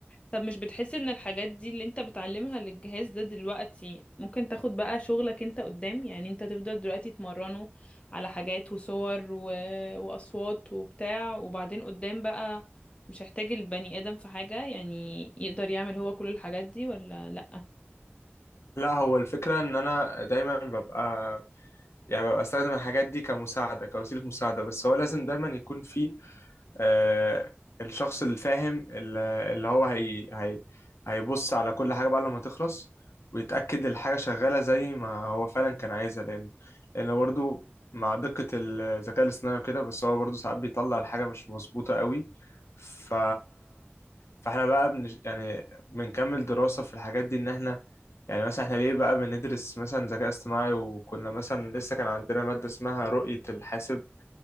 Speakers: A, on the left; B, on the left.
A: طب مش بتحس ان الحاجات دي اللي انت بتعلمها للجهاز ده دلوقتي ممكن تاخد بقى شغلك انت قدام يعني انت تفضل دلوقتي تمرنه على حاجات وصور و... واصوات وبتاع وبعدين قدام بقى مش هيحتاج البني ادم في حاجة يعني يقدر يعمل هو كل الحاجات دي ولا لأ
B: لا هو الفكرة ان انا دايما ببقى يعني ببقى استخدم الحاجات دي كمساعدة كوسيلة مساعدة بس هو لازم دايما يكون في آه، الشخص الفاهم ال- اللي هو هي هي هيبص على كل حاجة بعد لما تخلص ويتأكد الحاجة شغالة زي ما هو فعلا كان عايزها لأن لأن برضه مع دقة الذكاء الاصطناعي وكده بس هو برضه ساعات بيطلع الحاجة مش مظبوطة قوي ف فاحنا بقى بنش... يعني بنكمل دراسة في الحاجات دي إن احنا يعني مثلا احنا ليه بقى بندرس مثلا ذكاء اصطناعي وكنا مثلا لسه كان عندنا مادة اسمها رؤية الحاسب